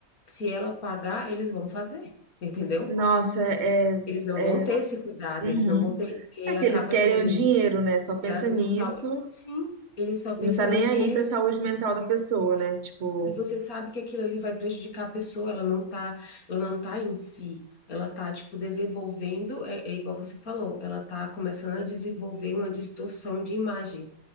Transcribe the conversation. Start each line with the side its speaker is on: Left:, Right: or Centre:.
Left: se ela pagar, eles vão fazer, entendeu?
Right: Nossa, é,
Left: Eles não
Right: é,
Left: vão ter esse cuidado,
Right: uhum.
Left: eles não vão ter, porque
Right: É que
Left: acaba
Right: eles querem
Left: sendo
Right: o dinheiro,
Left: um
Right: né? Só
Left: cuidado
Right: pensa nisso,
Left: mental. Sim, eles só pensam
Right: não tá nem
Left: no dinheiro,
Right: aí pra saúde mental da pessoa, né? Tipo,
Left: E você sabe que aquilo ali vai prejudicar a pessoa, ela não tá, ela não tá em si, ela tá, tipo, desenvolvendo, é, é igual você falou, ela tá começando a desenvolver uma distorção de imagem,